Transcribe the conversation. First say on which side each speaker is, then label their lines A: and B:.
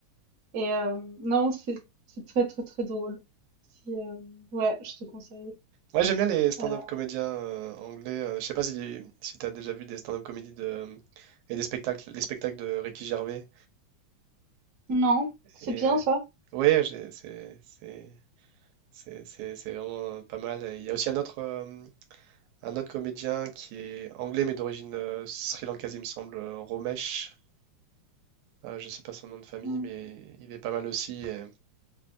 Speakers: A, on the right; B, on the right.
A: et hem, non, c'est c'est très, très, très drôle. Si, hem, ouais, je te conseille.
B: Ouais, j'aime bien les stand-up
A: Heu,
B: comédiens euh, anglais. euh, je sais pas si, si tu as déjà vu des stand-up comédies de, euh, et des spectacles, les spectacles de Ricky Gervais.
A: non, c'est
B: Et,
A: bien
B: euh,
A: ça?
B: ouais, j'ai- c'est c'est- c'est- c'est- c'est vraiment pas mal. Et Il y a aussi un autre, euh, un autre comédien qui est anglais, mais d'origine euh, sri-lankaise, il me semble, euh, Romesh. Ah, je sais pas son nom de famille,
A: Mmh.
B: mais il est pas mal aussi. et-